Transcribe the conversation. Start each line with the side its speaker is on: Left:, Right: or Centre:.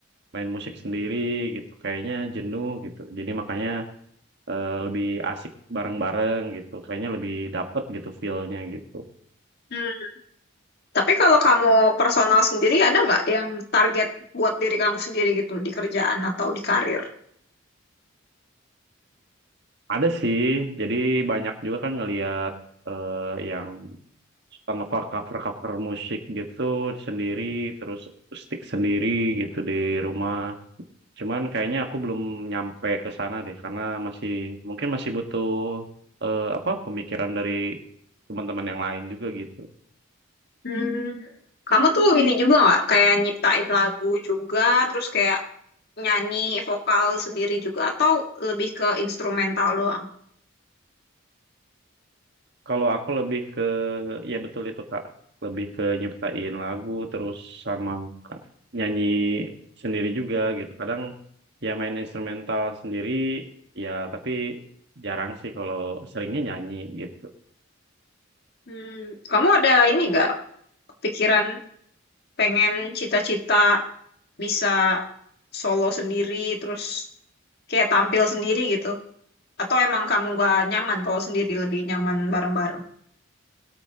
Right: main musik sendiri gitu, kayaknya jenuh gitu. Jadi makanya eh, lebih asik bareng-bareng gitu, kayaknya lebih dapet gitu feel-nya gitu.
Left: Hmm, tapi kalau kamu personal sendiri ada nggak yang target buat diri kamu sendiri gitu di kerjaan atau di karir?
Right: Ada sih, jadi banyak juga kan ngelihat eh, yang suka nge-cover cover cover musik gitu sendiri, terus stick sendiri gitu di rumah. Cuman kayaknya aku belum nyampe ke sana deh karena masih mungkin masih butuh eh, apa pemikiran dari teman-teman yang lain juga gitu.
Left: Hmm, kamu tuh ini juga nggak kayak nyiptain lagu juga, terus kayak nyanyi vokal sendiri juga, atau lebih ke instrumental doang?
Right: Kalau aku lebih ke ya betul itu Kak, lebih ke nyiptain lagu terus sama nyanyi sendiri juga gitu. Kadang ya main instrumental sendiri ya tapi jarang sih kalau seringnya nyanyi gitu.
Left: Hmm, kamu ada ini nggak pikiran pengen cita-cita bisa solo sendiri, terus kayak tampil sendiri gitu? Atau emang kamu nggak nyaman kalau sendiri, lebih nyaman bareng-bareng?